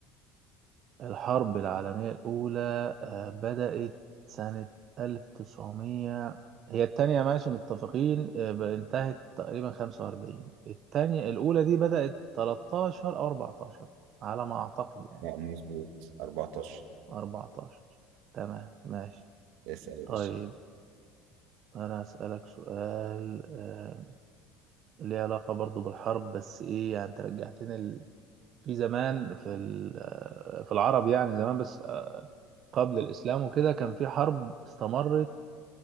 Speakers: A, on the right (about 45°); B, on the right (about 75°).
A: الحرب العالمية الأولى آه، بدأت سنة 1900 هي التانية ماشي متفقين آه، ب- انتهت تقريبا 45 التانية الأولى دي بدأت 13 أو 14 على ما أعتقد يعني
B: لا مظبوط 14
A: 14 تمام ماشي
B: اسأل يا باشا
A: طيب أنا أسألك سؤال آه، ليه علاقة برضو بالحرب بس إيه يعني أنت رجعتني ال... في زمان في ال... آه، في العرب يعني زمان بس قبل الإسلام وكده كان في حرب استمرت